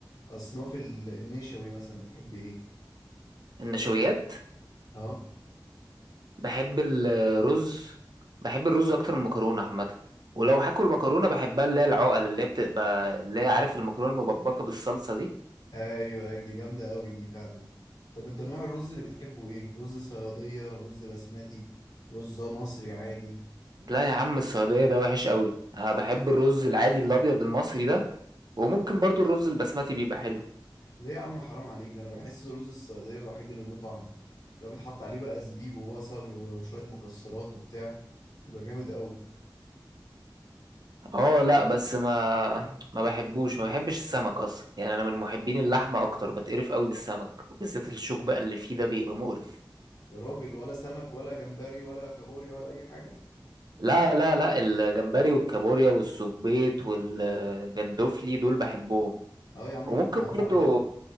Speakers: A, on the left; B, on the right.
A: اصناف ال- النشوي مثلا بتحب ايه
B: النشويات
A: اه
B: بحب الرز بحب الرز اكتر من المكرونه عامه ولو هاكل مكرونه بحبها اللي هي العقل اللي هي بتبقى اللي هي عارف المكرونه المبكبكه بالصلصه دي
A: ايوه ايوه دي جامده قوي دي فعلا طب انت نوع الرز اللي بتحبه ايه رز صياديه رز بسمتي رز مصري عادي
B: لا يا عم السعوديه ده وحش قوي انا بحب الرز العادي الابيض المصري ده وممكن برضو الرز البسمتي بيبقى حلو
A: ليه يا عم حرام عليك ده انا بحس رز الصياديه الوحيد اللي له طعم لو بيتحط عليه بقى زبيب وبصل و- وشويه مكسرات وبتاع يبقى جامد قوي
B: اه لا بس ما ما بحبوش ما بحبش السمك اصلا يعني انا من محبين اللحمه اكتر بتقرف قوي من السمك وبالذات الشوك بقى اللي فيه ده بيبقى مقرف
A: يا راجل ولا سمك ولا جمبري ولا كابوريا ولا اي حاجه
B: لا لا لا الجمبري والكابوريا والسبيط والجندوفلي دول بحبهم
A: اه يا عم
B: وممكن
A: انا كنت هزعل
B: برضو
A: منك